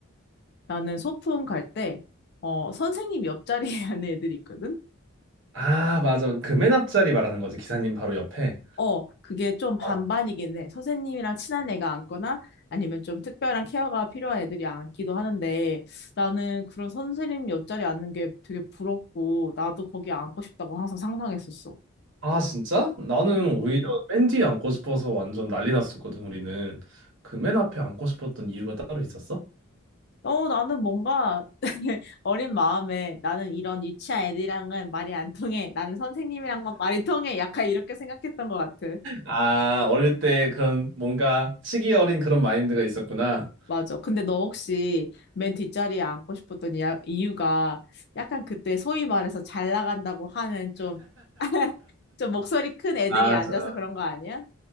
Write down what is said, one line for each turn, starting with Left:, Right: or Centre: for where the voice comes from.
Left: 나는 소풍 갈 때, 어, 선생님 옆자리에 <laughs> 앉는 애들이 있거든?
Right: 아, 맞아. 그 맨 앞자리 말하는 거지. 기사님 바로 옆에.
Left: 어, 그게 좀 반반이긴
Right: 어,
Left: 해. 선생님이랑 친한 애가 앉거나 아니면 좀 특별한 케어가 필요한 애들이 앉기도 하는데 나는 그런 선생님 옆자리에 앉는 게 되게 부럽고 나도 거기 앉고 싶다고 항상 상상했었어.
Right: 아, 진짜? 나는
Left: 음.
Right: 오히려 맨 뒤에 앉고 싶어서 완전 난리 났었거든, 우리는. 그 맨 앞에 앉고 싶었던 이유가 따로 있었어?
Left: 어, 나는 뭔가 <laughs> 어린 마음에 나는 이런 유치한 애들이랑은 말이 안 통해. 나는 선생님이랑만 말이 통해. 약간 이렇게 생각했던 것 같아.
Right: 아, 어릴 때 그런 뭔가 치기 어린 그런 마인드가 있었구나.
Left: 맞아. 근데 너 혹시 맨 뒷자리에 앉고 싶었던 이야- 이유가 약간 그때 소위 말해서 잘 나간다고 하는 좀, <laughs> 좀 목소리 큰 애들이
Right: 맞아.
Left: 앉아서 그런 거 아니야?